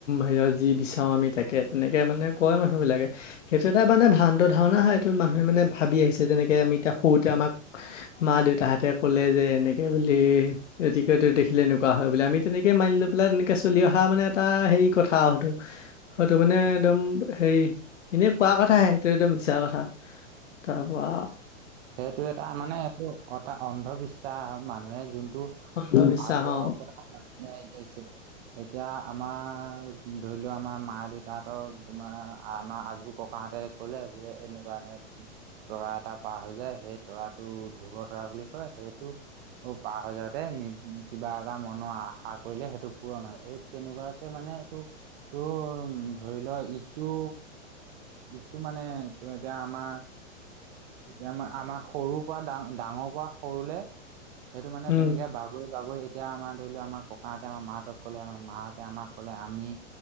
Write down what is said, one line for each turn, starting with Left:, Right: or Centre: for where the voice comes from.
Left: হেৰিয়ত যি বিচাৰো আমি তাকে তেনেকে মানে কয় মানুহ বিলাকে। সেইটো এটা মানে ভান্ত ধাৰণা হয় মানুহে মানে ভাবি আহিছে যেনেকে আমি এতিয়া সৰুতে আমাক মা দেউতাহতে ক'লে যে এনেকে বুলি এতিকটো দেখিলে এনেকুৱা হয় বুলি আমি তেনেকে মানি লৈ পেলাই তেনেকে চলি অহা টা মানে এটা হেৰি কথা সেইটো। হয়টো মানে একদম হেৰি এনেই কোৱা কথাহে সটো একদম মিছাৰ কথা। তাৰ পৰা
Right: সেইটো এটা মানে এইটো এটা অন্ধবিশ্বাস মানুহে যোন টো
Left: অন্ধবিশ্বাস
Right: আগৰ
Left: অ
Right: পৰা <inaudible> যাইছে এতিয়া আমাৰ ধৰি লও আমাৰ মাৰ দেউতাহতক তোমাৰ আমাৰ আজোৰ ককা তাহতে ক'লে বোলে এনেকুৱা তৰা এটা পাৰ হৈ যায় সেই তৰাটো ধুব তৰা বুলি কয় সেইটো পাৰ হৈ যাওঁতে। কিবা এটা মনৰ আশা কৰিলে সেইটো পূৰণ হয় এই তেনেকুৱাকে মানে এইটো টো ধৰি লোৱা ইটো, এইটো মানে এতিয়া আমাৰ এতিয়া আমাৰ আমাৰ সৰুৰ পৰা ডাঙ ডাঙৰ পৰা সৰুলে সেইটো মানে
Left: উম
Right: তেনেকে বাগৰি বাগৰি এতিয়া আমাৰ। ধৰি লও আমাৰ ককাহঁতে আমাৰ মাহঁতক ক'লে আমাৰ মাহঁতে আমাক ক'লে আমি